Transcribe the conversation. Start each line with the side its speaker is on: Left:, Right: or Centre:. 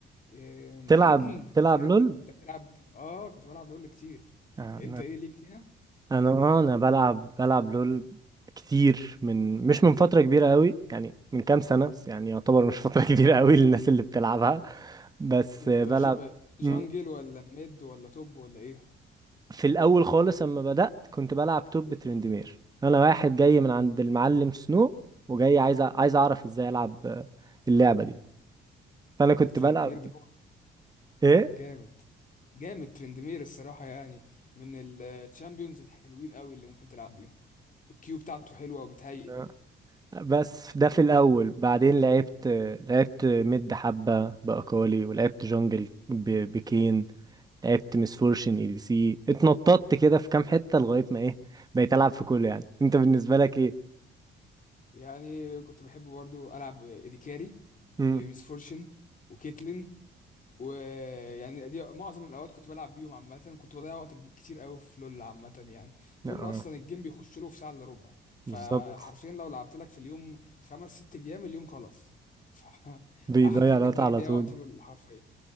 Left: آه،
Right: تلعب
Left: <clears throat>
Right: تلعب
Left: مش عارف
Right: لول
Left: انت بتلعب اه كنت بلعب لول كتير
Right: آه،
Left: انت ايه ليك فيها
Right: انا اه انا بلعب بلعب لول كتير من مش من فترة كبيرة قوي يعني من كام سنة بس يعني يعتبر مش فترة <laughs> كبيرة قوي للناس اللي بتلعبها بس
Left: انت
Right: بلعب
Left: ج- آه، جانجل
Right: مم.
Left: ولا ميد ولا توب ولا ايه
Right: في الاول خالص اما بدأت كنت بلعب توب ترندمير انا واحد جاي من عند المعلم سنو وجاي عايز أ- عايز اعرف ازاي العب اللعبة دي فانا كنت
Left: انت ترندمير
Right: بلعب
Left: ده
Right: ايه
Left: جامد جامد ترندمير الصراحة يعني من الشامبيونز الحلوين قوي اللي ممكن تلعب بيهم الكيو بتاعته حلوة وبتهيل
Right: آه. بس ده في الاول
Left: ف-
Right: بعدين لعبت لعبت مid حبة باكالي ولعبت جونجل ب- بكين لعبت مسفورشن اي دي سي اتنططت كده في كام حتة لغاية ما ايه بقيت العب في كله يعني انت بالنسبة لك ايه
Left: يعني كنت بحب برضو ألعب إديكاري
Right: امم
Left: بميس فورشن وكيتلين ويعني دي معظم الاوقات كنت بلعب بيهم عامه كنت بضيع وقت كب- كتير قوي في لول عامه يعني لول
Right: اه
Left: اصلا الجيم بيخش له في ساعه الا ربع فحرفيا
Right: بالظبط
Left: لو لعبت لك في اليوم خمس ست ايام اليوم خلاص ف- <laughs>
Right: بيضيع
Left: احلى حاجه
Right: الوقت
Left: تضيع
Right: على
Left: بيها
Right: طول
Left: وقت لول حرفيا